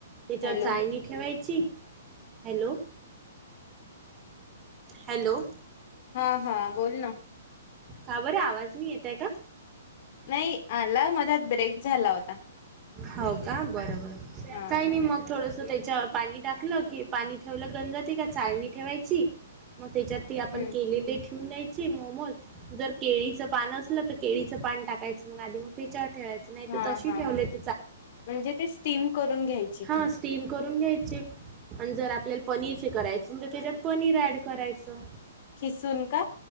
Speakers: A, on the right; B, on the left.
A: त्याच्यावर
B: हॅलो
A: चायणी ठेवाय ची हॅलो हॅलो.
B: हा हा बोल ना.
A: का बर आहे आवाज नाही येतय का?
B: नाही आला मधात ब्रेक झाला होता.
A: हो का बरोबर
B: हा
A: काही
B: हा
A: नाही मग थोडस <inaudible> त त्याच्या पाणी टाकलं की पाणी ठेवलं गंजाती का चाळणी ठेवायची मग त्याच्यात ते आपण
B: हम्म
A: केलेले ठेवून नाहीत. ची मोमोज जर केळीचं पान असलं तर केळीचं पान टाकायचं मग आधी मग त्याच्यावर ठेवायच. नाही त
B: हा
A: तशी
B: हा
A: ठेवलेत.
B: म्हणजे ते स्टीम करून घ्यायची.
A: ह स्टीम करून घ्यायचे. आण जर आपल्याला पनीरचे करायचे त त्याच्यात पनीर ऍड करायचं.
B: खिसन का?